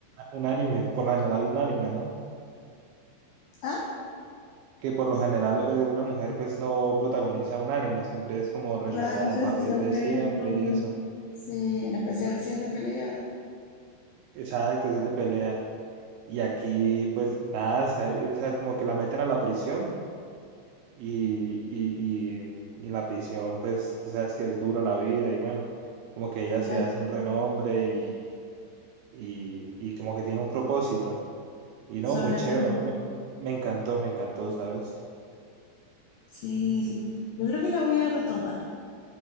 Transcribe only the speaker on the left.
Ah,
claro, o
sea,
si siempre
es un hombre.
Sí, en especial si es de pelea.
Claro.
Sobrevive.
Sí, sí. Yo creo que la voy a retomar.